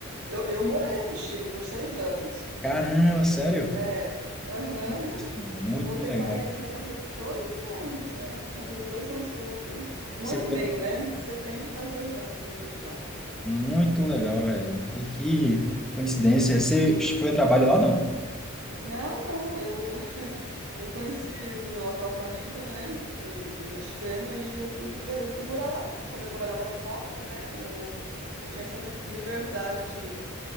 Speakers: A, on the right; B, in the centre.
A: eu, eu morei no Chile por seis anos.
B: Caramba, sério?
A: É, aham.
B: Nossa, é muito
A: Eu voltei
B: legal.
A: faz, vai fazer dois anos, é, vai fazer dois anos que eu voltei. Um
B: Você
A: ano
B: foi
A: e meio,
B: a-
A: né? Em setembro faz dois anos que eu voltei de lá.
B: muito legal, velho. Que, que coincidência. Você foi a trabalho lá ou não?
A: Não, não, eu, Eu conheci o meu atual marido, né? E ele é chileno e eu fui viver, eu fui morar lá. Como eu trabalhava remoto, né? Eu, eu tinha essa li- liberdade de,